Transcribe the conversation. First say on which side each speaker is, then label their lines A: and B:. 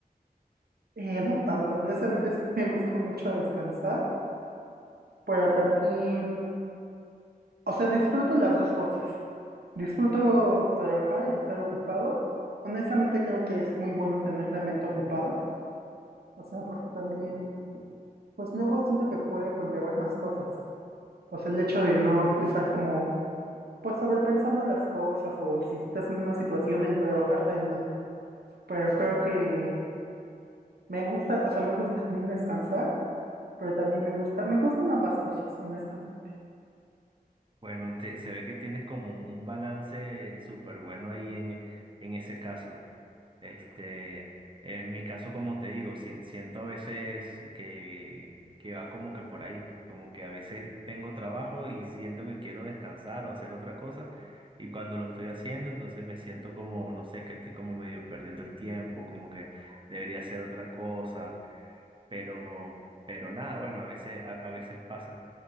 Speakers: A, on the right (about 85°); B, on the right (about 30°).
A: eh, no tanto. Honestamente sí me gusta <laughs> mucho descansar, pero también, o sea, disfruto las dos cosas. Disfruto trabajar y estar ocupado. Honestamente creo que es muy bueno tener la mente ocupada O sea, porque también, pues luego siento que puede conllevar más cosas. O sea, el hecho de no estar como, pues sobrepensando las cosas o si estás en una situación, el trabajar te ayuda. Pero creo que me gusta, o sea, me gusta también descansar, pero también me gusta, me gustan ambas cosas, honestamente.
B: Bueno, te- se ve que tienes como un balance súper bueno ahí en, en ese caso. Este, en mi caso, como te digo, si- siento a veces que, que va como que por ahí, como que a veces tengo trabajo y siento que quiero descansar o hacer otra cosa, y cuando lo estoy haciendo, entonces me siento como, no sé, que estoy como medio perdiendo el tiempo, como que debería hacer otra cosa pero, pero nada, bueno, a veces, a, a veces pasa.